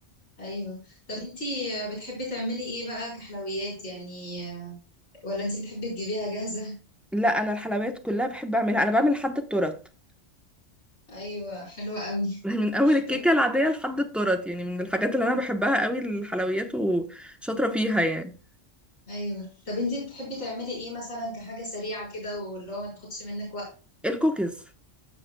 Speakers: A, on the left; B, in the centre.
A: ايوه طب انتي بتحبي تعملي ايه بقى كحلويات يعني ولا انتي بتحبي تجيبيها جاهزة
B: لا انا الحلويات كلها بحب اعملها انا بعمل لحد التورت
A: ايوه حلوة قوي
B: من اول الكيكه
A: طب
B: العاديه لحد التورت يعني من الحاجات اللي انا بحبها قوي الحلويات وشاطره فيها يعني
A: ايوه طب انتي بتحبي تعملي ايه مثلا كحاجة سريعة كده واللي هو ما تاخدش منك وقت
B: الكوكيز